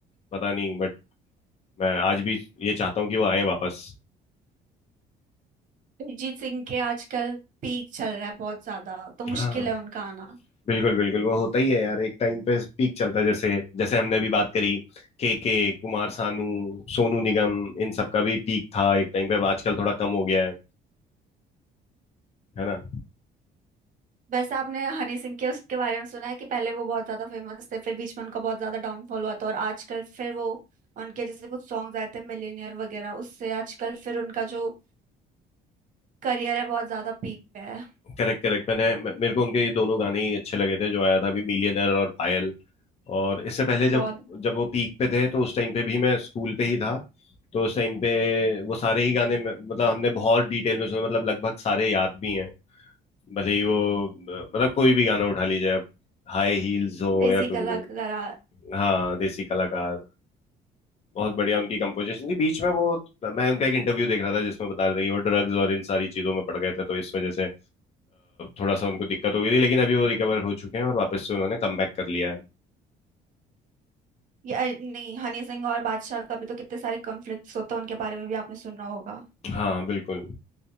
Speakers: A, on the left; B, on the right.
A: पता नहीं बट मैं आज भी ये चाहता हूँ कि वो आए वापस
B: अरिजीत सिंह के आजकल पीक चल रहा है बहुत ज्यादा तो मुश्किल
A: हाँ
B: है उनका आना
A: बिल्कुल बिल्कुल वो होता ही है यार एक टाइम पे पीक चलता है जैसे जैसे हमने अभी बात करी के के कुमार सानू सोनू निगम इन सब का भी पीक था एक टाइम पे अब आजकल थोड़ा कम हो गया है है ना
B: बस आपने हनी सिंह के उसके बारे में सुना है कि पहले वो बहुत ज्यादा फेमस थे फिर बीच में उनका बहुत ज्यादा डाउनफॉल हुआ था और आजकल फिर वो उनके जैसे कुछ सॉन्ग्स आए थे मिलेनियर वगैरह उससे आजकल फिर उनका जो करियर है बहुत ज्यादा पीक पे है
A: Correct correct मैंने मे- मेरे को उनके ये दोनों गाने ही अच्छे लगे थे जो आया था अभी मिलियनर और पायल और इससे पहले जब
B: बहुत
A: जब वो पीक पे थे तो उस टाइम पे भी मैं स्कूल पे ही था तो उस टाइम पे वो सारे ही गाने में- मतलब हमने बहुत डिटेल में सुने मतलब लगभग सारे याद भी हैं भले ही वो मतलब कोई भी गाना उठा लीजिए आप हाई हील्स हो
B: देसी
A: या कुछ
B: कलाकारा
A: भी हाँ देसी कलाकार बहुत बढ़िया उनकी कंपोजिशन थी बीच में वो मैं उनका एक इंटरव्यू देख रहा था जिसमें बता रहे थे कि वो ड्रग्स और इन सारी चीजों में पड़ गए थे तो इस वजह से अ, थोड़ा सा उनको दिक्कत हो गई थी लेकिन अभी वो रिकवर हो चुके हैं और वापस से उन्होंने कमबैक कर लिया है
B: या नहीं हनी सिंह और बादशाह का भी तो कितने सारे कॉन्फ्लिक्ट्स होते हैं उनके बारे में भी आपने सुना होगा
A: हाँ बिल्कुल